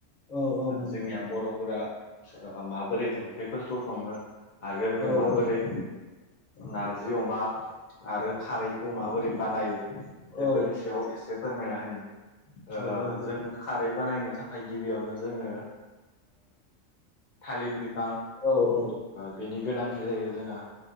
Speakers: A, on the left (about 35°); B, on the left (about 65°).
A: औ औ बुं
B: जोंनिया बर'फोरा माबोरै ओंख्रिफोरखौ सङो आरो
A: औ
B: माबोरै
A: औ
B: नारजि अमा आरो खारैखौ माबोरै बानायो बेफोरनि
A: औ
B: सायाव एसे फोरमायना होो <unintelligible>
A: औ औ दे
B: जों खारै बानायनो थाखाय गिबियावनो जोङो थालिरिर <unintelligible> बिफां
A: औ औ
B: बेनि गोनांथि जायो जोंहा